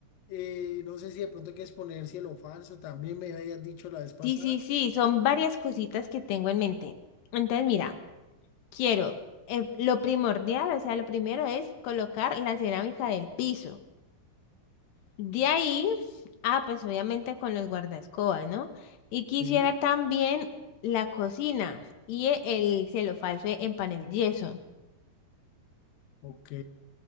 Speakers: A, on the left; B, on the left.
A: eh, no sé si de pronto quieres poner cielo falso, también me habías dicho la vez pasada.
B: Sí, sí, sí, son varias cositas que tengo en mente. Entonces, mira. Quiero, eh, lo primordial, o sea, lo primero es colocar la cerámica del piso. De ahí, ah, pues obviamente con los guardaescobas, ¿no? Y quisiera
A: Sí.
B: también la cocina y e- el cielo falso en panel yeso.
A: Ok.